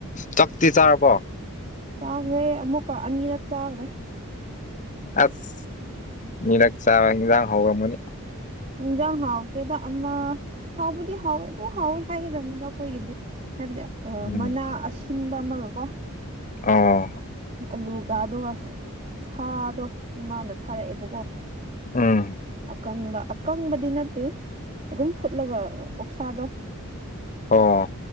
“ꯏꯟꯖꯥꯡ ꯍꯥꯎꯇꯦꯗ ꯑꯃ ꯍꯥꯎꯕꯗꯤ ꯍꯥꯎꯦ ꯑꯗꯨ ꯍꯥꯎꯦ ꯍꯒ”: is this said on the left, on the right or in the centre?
Right